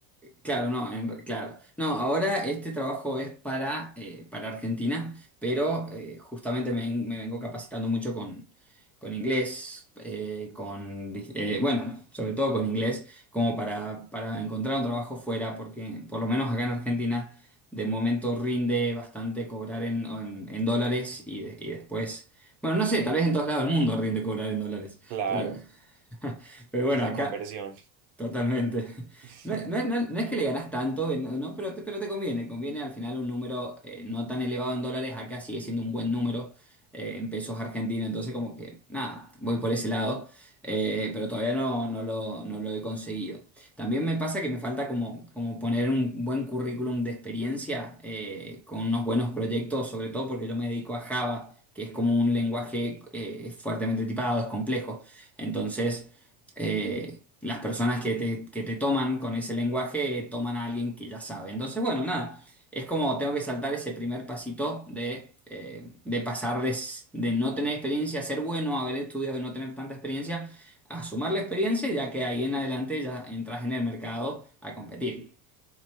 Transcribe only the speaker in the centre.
Claro, no, en claro. No, ahora este trabajo es para, eh, para Argentina, pero eh, justamente me, ven- me vengo capacitando mucho con, con inglés, eh, con, eh, bueno, sobre todo con inglés, como para, para encontrar un trabajo fuera, porque por lo menos acá en Argentina de momento rinde bastante cobrar en, en- en dólares y, de- y después, bueno, no sé, tal vez en todos lados del mundo rinde cobrar en dólares,
pero, <laughs> pero bueno,
acá.
Totalmente.
No, no no es- no es que le ganas tanto, eh, no, no, pero te, pero te conviene. Conviene al final un número eh, no tan elevado en dólares. Acá sigue siendo un buen número eh, en pesos argentinos, entonces como que nada, voy por ese lado, eh, pero todavía no, no lo, no lo he conseguido. También me pasa que me falta como, como poner un buen currículum de experiencia eh, con unos buenos proyectos, sobre todo porque yo me dedico a Java, que es como un lenguaje eh, fuertemente tipado, es complejo. Entonces, eh, las personas que te, que te toman con ese lenguaje eh, toman a alguien que ya sabe. Entonces, bueno, nada. Es como tengo que saltar ese primer pasito de, eh, de pasar de, s- de no tener experiencia, ser bueno, haber estudiado y no tener tanta experiencia, a sumar la experiencia, ya que ahí en adelante ya entras en el mercado a competir.